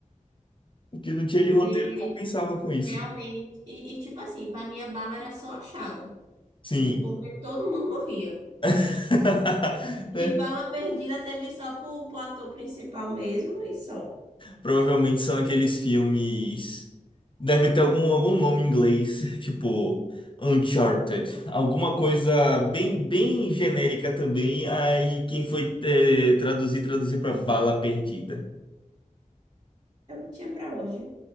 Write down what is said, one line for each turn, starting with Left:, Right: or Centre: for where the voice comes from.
Left: o que não tinha
Right: Porque
Left: de roteiro compensava com isso.
Right: realmente. E, e, tipo assim, pra mim a bala era só achada.
Left: Sim.
Right: Porque todo mundo morria.
Left: <laughs> É,
Right: De bala perdida teve só pro, pro ator principal mesmo e só.
Left: Provavelmente são aqueles filmes. Deve ter algum, algum nome em inglês, <laughs> tipo Uncharted. Alguma coisa bem, bem genérica também. Aí quem foi eh, traduzir, traduzir pra Bala Perdida.
Right: É o que tinha pra hoje.